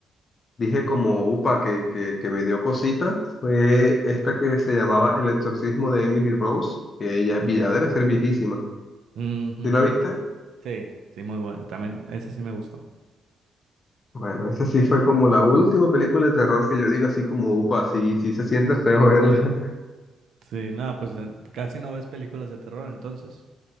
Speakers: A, on the left; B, on the right.
A: dije como upa que, que, que me dio cosita fue esta que se llamaba El exorcismo de Emily Rose, que ella es vie- ya debe ser viejísima.
B: Mm, ujú.
A: ¿Sí la viste?
B: Sí, sí, muy buena. También esa sí me gustó.
A: Bueno, esa sí fue como la última película de terror que yo digo así como upa, sí, sí se siente feo verla. <laughs>
B: Sí, nada, pues eh, casi no ves películas de terror entonces.